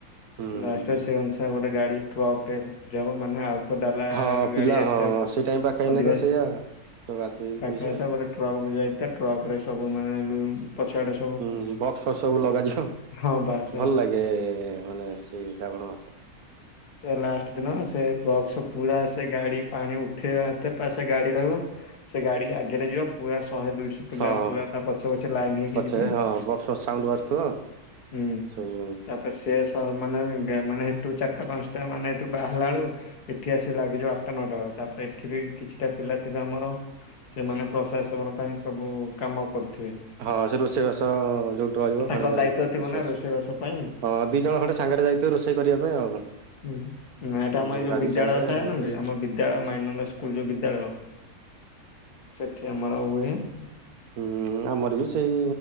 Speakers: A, on the right (about 75°); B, on the left (about 85°).
A: ହୁଁ
B: ଲାଷ୍ଟ୍ ରେ ସେଇ ଅନୁସାରେ ଗୋଟେ ଗାଡି ଟ୍ରକ୍ ଟେ ବୁଝା ହବ ମାନେ ଆଉ ତ ଡାଲା
A: ହଁ ପିଲା
B: ଗାଡି ଏତେ
A: ହଁ ସେଇ ଟାଇମ ପାଖେଇ ଆଇନେ
B: ଅଧିକା
A: ତ ସେଇଆ ସବୁ ଆଦେଇକି
B: ତା
A: ପଇସା
B: ସହିତ ଗୋଟେ ଟ୍ରକ୍ ବୁ ଯା ହେଇଥା ଟ୍ରକ ରେ ସବୁାନେ ପଛଆଡେ
A: ହୁଁ ବକ୍ସ ଫସ ସବୁ ଲଗାଯିବ।
B: ହଁ ବାସ୍ ବାସ୍।
A: ଭଲ ଲାଗେ ମାନେ ସେଇ ଶ୍ରାବଣ ମାସ।
B: ଲାଷ୍ଟ ଦିନ ସେ ବକ୍ସ ପୁରା ସେ ଗାଡି ପାଣି ଉଠେଇେଆ ଏତେ ସେ ଗାଡି ରହିବ। ସେ ଗାଡି ଆଗେରେ ଯିବ ପୁରା ଶହେ ଦୁଇଶ ପିଲା
A: ହଁ
B: ପୁରା ତା ପଛେ ପଛେ ଲାଇନ୍ ହେଇକି
A: ପଛରେ
B: ଯିବେ।
A: ହଁ ବକ୍ସ ଫକ୍ସ ସାଉଣ୍ଡ ବାଜୁଥିବ
B: ହୁଁ
A: ସବୁ
B: ତାପରେ ସେ ସ୍ ମାନେ ଗାଁ ମାନେ ହେଠୁ ଚାରିଟା ପାଞ୍ଚଟା ମାନେ ଏଠୁ ବାହାରିଲା ବେଳୁ ଏଠି ଆସି ଲାଗିଯାଏ ଆଟଟା ନଅଟା ବେଳୁ ତାପରେ ଏଠି ବି କିଛିଟା ପିଲା ଥିବେ ଆମର ସେମାନେ ପ୍ରସାଦ ସେବନ ପାଇଁ ସବୁ କାମ କରିଥିବେ।
A: ହଁ ସେ ରୋଷେଇ ବାସ ଯୋଉଠି ରହିବ
B: ତାଙ୍କ
A: ଖଣ୍ଡେ
B: ଦାୟିତ୍ଵ ଥିବ
A: ରୋଷେଇବାସ
B: ନା
A: ହବ
B: ପାଇଁ।
A: ହଁ ଦି ଜଣ ଖଣ୍ଡେ ସାଙ୍ଗେରେ ଯାଇ ଥିବେ ରୋଷେଇ କରିବା ପାଇଁ ଆଉ।
B: ହୁଁ ନାଁ ଏଟା
A: ହୁଁ
B: ଆମ ଏଇ ଯୋଉ
A: ଗାଡି
B: ବିଦ୍ୟାଳୟ
A: ସାଙ୍ଗରେ
B: ଥାଏ ନୁହଁକି ଆମ ବିଦ୍ୟାଳୟ ମାଇନର ସ୍କୁଲ ଯୋଉ ବିଦ୍ୟାଳୟ ସେଠି ଆମର ହୁଏ ହୁଁ।
A: ହୁଁ ଆମର ବି ସେଇ